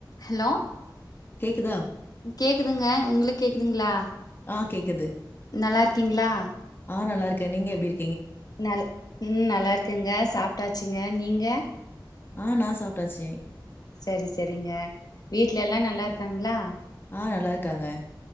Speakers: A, on the left (about 55°); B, on the left (about 30°).
A: Hello
B: கேக்குதா
A: கேக்குதுங்க உங்களுக்கு கேக்குதுங்களா
B: ஆ கேக்குது
A: நல்லா இருக்கீங்களா
B: ஆ நல்லா நீங்க எப்படி
A: ந உம் நல்லா இருக்கங்க சாப்பிட்டாச்சுங்க நீங்க
B: ஆஹ் நா சாப்பிட்டாச்சு
A: சரி சரிங்க வீட்டு்ல எல்லா நல்லா இருக்காங்களா
B: ஆ நல்லா இருக்காங்க